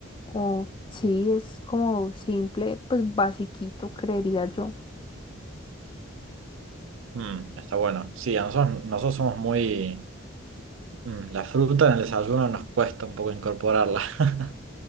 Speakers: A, on the left; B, on the right.
A: o sí, es como simple, pues basiquito, creería yo.
B: Mm, está bueno. Sí, a nosotros, nosotros somos muy... mm, la fruta en el desayuno nos cuesta un poco incorporarla. <laughs>